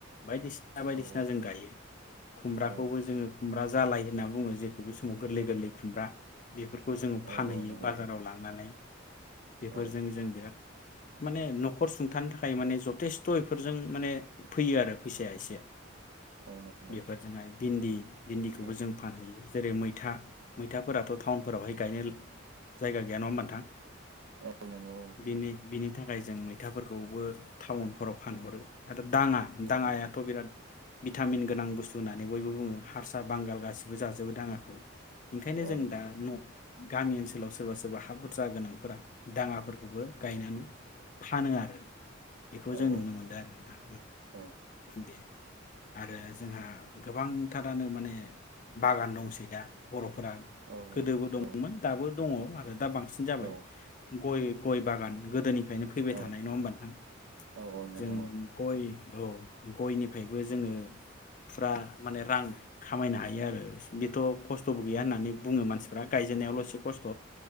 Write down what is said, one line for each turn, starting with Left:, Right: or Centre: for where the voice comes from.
Left: बायदिसिना बायदिसिना
Right: औ
Left: जों गायो खुमब्राखौबो
Right: औ
Left: जोङो खुमब्रा जालाय होनना बुङो जेखौ बे समाव गोरलै गोरलै खुमब्रा बेफोरखौ जोङो
Right: औ
Left: फानहैयो
Right: नंगौ
Left: बाजाराव लांनानै बेफोरजों
Right: औ
Left: जों बिराद माने न'खर सुंथानो थाखाय माने जथेस्थ' बेफोरजों माने फैयो आरो फैसाया एसे
Right: औ नंगौ
Left: बेफोरजोंहाय भिन्दि भिन्दिखौबो
Right: औ
Left: जों फानहैयो जेरै मैथा मैथाफोराथ' टाउनफोरावहाय गायनो जायगा गैया नङा होमबा नोंथां
Right: औ नंगौ औ
Left: बिनि
Right: गैया
Left: बिनि थाखाय जों मैथाफोरखौबो टाउनफोराव फानहरो आ दाङा दाङायाथ'
Right: औ
Left: बिराद भिटामिन गोनां बुस्थु होननानै बयबो बुङो हारसा बांगाल गासिबो जाजोबोदाङाखौ ओंखायनो
Right: औ
Left: जों
Right: नंगौ
Left: दा न' गामि ओनसोलाव सोरबा सोरबा हा बुरजा गोनांफोरा दाङाफोरखौबो गायनानै फानो आरो बेखौ
Right: औ
Left: जों नुनो मोनदों आरो नोंथां
Right: औ
Left: उम बे आरो जोंहा गोबांथारानो माने बागान दंसै दा बर' फोरा
Right: औ
Left: गोदोबो दंमोन
Right: औ
Left: दाबो दङ' आरो दा बांसिन जाबाय
Right: औ
Left: गय गय बागान गोदोनि फ्रायनो फैबाय
Right: औ
Left: थानाय नङा होमबा नोंथां
Right: औ औ नोंथां
Left: जों
Right: औ
Left: गय औ गयनिफ्रायबो जोङो फुरा माने रां खामायनो हायो आरो बेथ' खस्थ'बो गैया होननानै बुङो मानसिफ्रा गायजेननायावल' एसे खस्थ'